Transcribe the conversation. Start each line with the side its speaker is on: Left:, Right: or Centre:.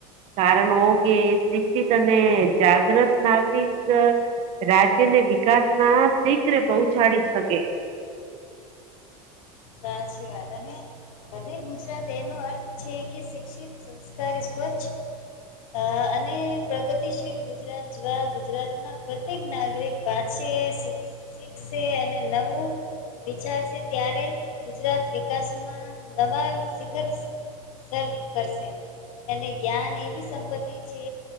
Right: કારણ ઓ કે શિક્ષિત અને જાગ્રત નાગરિક રાજ્ય ને વિકાસ માં શીઘ્ર પહોંચાડી શકે.
Left: સાચી વાત અને. બધે ગુજરાત એનો અર્થ છે કે શિક્ષિત સંસ્કારી સ્વચ્છ અ અને પ્રગતિશીલ ગુજરાત જવા ગુજરાતના પ્રત્યેક નાગરિક વાચે શીખ શીખશે અને નવું વિચારશે ત્યારે ગુજરાત વિકાસમાં નવા શિખર સર કરશે. એને જ્ઞાન એવી સંપત્તિ છે